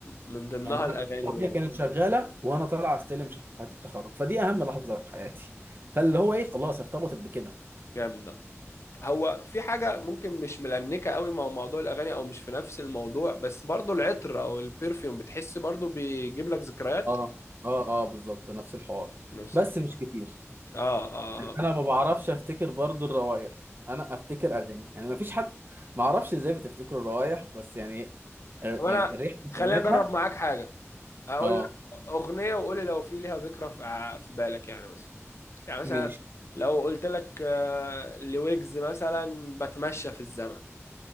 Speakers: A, on the left; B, on the right.
A: من ضمنها
B: يعني انا
A: الاغاني
B: كنت- الاغنيه
A: برضه
B: كانت شغاله وانا طالع استلم شهاده التخرج فدي اهم لحظه في حياتي فاللي هو ايه خلاص ارتبطت بكده
A: جامدة هو في حاجة ممكن مش ملنكة قوي مع موضوع الأغاني أو مش في نفس الموضوع بس برضو العطر أو البرفيوم بتحس برضو بيجيب لك ذكريات
B: اه اه اه بالظبط نفس الحوار
A: نفس
B: بس
A: الفكرة
B: مش كتير
A: آه آه آه
B: انا ما بعرفش افتكر برضو الروايح انا افتكر اغاني يعني ما فيش حد ما اعرفش ازاي بتفتكر الروايح بس يعني آه،
A: طب أنا
B: يعني الريحه
A: خلينا
B: شمتها
A: أجرب معاك حاجة أقول
B: اه
A: لك أغنية وقولي لو في ليها ذكرى في ع- في بالك يعني مثلا يعني مثلا
B: ماشي
A: لو قلت لك آه، لويجز مثلا بتمشى في الزمن